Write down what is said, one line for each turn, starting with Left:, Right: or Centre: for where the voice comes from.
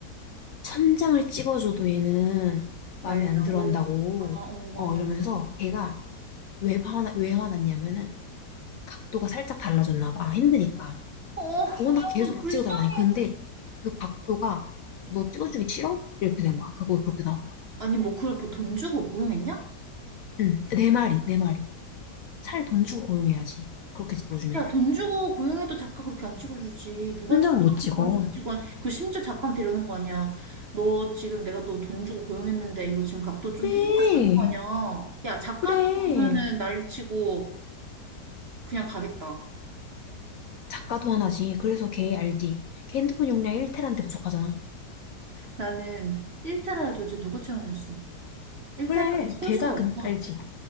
Left: 천장을 찍어줘도 얘는 마음에
Right: 난리라고.
Left: 안 들어 한다고.
Right: 아, 어, 마음에
Left: 어, 이러면서
Right: 안 들어.
Left: 걔가 왜 화나, 왜 화났냐면은 각도가 살짝 달라졌나 봐. 힘드니까.
Right: 어, 아,
Left: 워낙 계속
Right: 너 불쌍해.
Left: 찍어달라니. 근데 그 각도가 너 찍어주기 싫어? 이렇게 된 거야. 그거 그렇게 나왔다고.
Right: 아니 뭐 그걸 뭐 돈 주고 고용했냐?
Left: 응, 내 말이, 내 말이. 차라리 돈 주고 고용해야지. 그렇게 찍어주면.
Right: 야 돈 주고 고용해도 작가 그렇게 안 찍어주지 누가
Left: 혼자는
Right: 천장을
Left: 못 찍어.
Right: 그러고 찍어 그 심지어 작가는 데려오는 거 아니야 너 지금 내가 너 돈 주고 고용했는데 이거 지금 각도 좀
Left: 그래,
Right: 틀렸다는 거 아니야 야 작가도
Left: 그래.
Right: 그러면은 날 치고 그냥 가겠다
Left: 작가도 하나지. 그래서 걔 알지. 걔 핸드폰 용량 1테라인데 부족하잖아.
Right: 나는 일테라를 도대체 누가 채워냈어 일테라를
Left: 그래,
Right: 채울
Left: 걔가
Right: 수가
Left: 근-
Right: 있구나
Left: 알지.